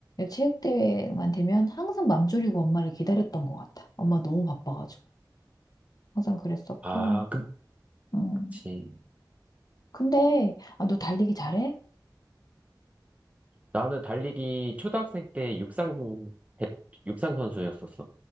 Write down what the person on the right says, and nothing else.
아, 그,
그치.
나는 달리기 초등학생 때 육상, 대- 육상 선수였었어.